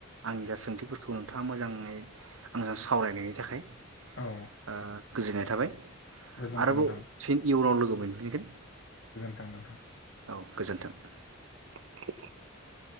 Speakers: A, on the right; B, on the left.
A: आंनि जा सोंथिफोरखौ नोंथाङा मोजाङै आंजों सावरायनायनि थाखाय।
B: औ
A: ओ गोजोननाय थाबाय
B: गोजोन्थों
A: आरो आबाव
B: नोंथां
A: फिन इयुनाव लोगो मोनफिनगोन
B: <unintelligible>
A: औ गोजोन्थों <unintelligible>